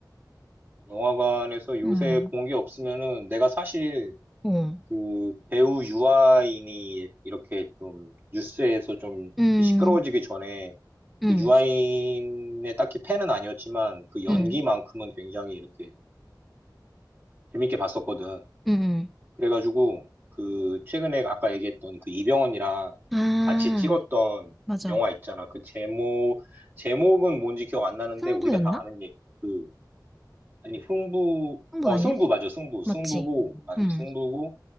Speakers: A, on the right; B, in the centre.
A: 영화관에서 요새
B: 응.
A: 본 게 없으면은 내가 사실
B: 어.
A: 그 배우 유아인이 이렇게 좀 뉴스에서 좀 이렇게
B: 응,
A: 시끄러워지기 전에
B: 응,
A: 그 유아인의 딱히 팬은 아니었지만 그 연기만큼은
B: 응,
A: 굉장히 이렇게 재밌게 봤었거든.
B: 응, 응.
A: 그래가지고 그 최근에 아까 얘기했던 그 이병헌이랑
B: 아,
A: 같이 찍었던
B: 맞아.
A: 영화 있잖아. 그 제목 제목은 뭔지 기억 안 나는데
B: 승부였나?
A: 우리가 다 아는 얘기. 그 아니 승부
B: 승부
A: 어
B: 아니야?
A: 승부 맞아 승부
B: 맞지?
A: 승부고 맞아
B: 응.
A: 승부고